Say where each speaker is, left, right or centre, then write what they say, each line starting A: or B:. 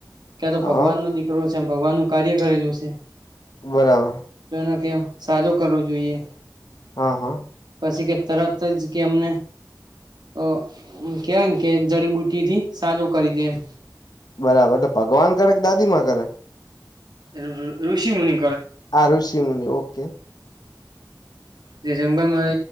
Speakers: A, on the right (about 80°); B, on the left (about 65°).
A: ક્યાં તો ભગવાનનો
B: હા
A: દીકરો છે ભગવાનનું કાર્ય કરેલું છે.
B: બરાબર.
A: ના ત્યાં કે સાજો કરવો જોઈએ.
B: હા હા.
A: પછી કે તરત જ કે અમને તો કેવાયન કે જડીબુટીથી સાજો કરી દે એમ.
B: બરાબર તો ભગવાન કરે કે દાદીમાં કરે.
A: રૂ-ઋ-ઋષિમુનિ.
B: આ રઋષિમુનિ. ઓકે.
A: જે જંગલમાં